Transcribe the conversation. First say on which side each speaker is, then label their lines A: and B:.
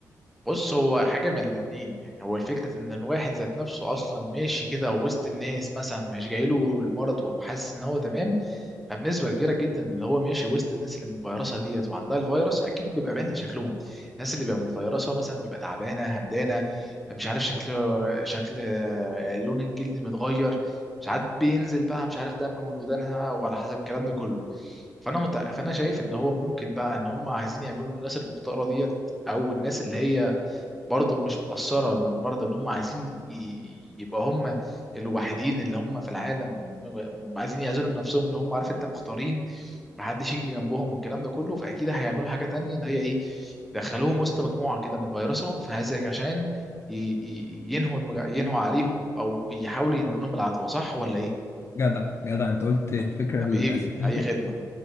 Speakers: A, in the centre; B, on the left.
A: بص هو حاجة من الاتنين يعني هو الفكرة ان الواحد ذات نفسه اصلا ماشي كده وسط الناس مثلا مش جايله المرض وهو حاسس ان هو تمام فبنسبة كبيرة جدا اللي هو ماشي وسط الناس اللي متفيرسة ديت وعندها الفيروس اكيد بيبقى باين شكلهم الناس اللي بيبقى متفيرسة مثلا بيبقى تعبانة همدانة مش عارف شكل شكل لون الجلد متغير ساعات بينزل بقى مش عارف دم من ودانها وعلى حسب الكلام ده كله فانا مت... فانا شايف ان هو ممكن بقى ان هم عايزين يعملوا الناس المختارة ديت او الناس اللي هي برضه مش متأثرة من مرض ان هم عايزين ي- يبقى هم الوحيدين اللي هم في العالم م- عايزين يعزلوا نفسهم ان هم عارف انت مختارين محدش يجي جنبهم والكلام ده كله فاكيد هيعملوا حاجة تانية ان هي ايه يدخلوهم وسط مجموعة كده من فيروسهم فهذا عشان ي- ي- ينهوا المج... ينهوا عليهم او يحاولوا ينقلوا لهم العدوى صح ولا ايه
B: جدع جدع انت قلت الفكرة
A: حبيبي
B: الأساسية
A: اي خدمة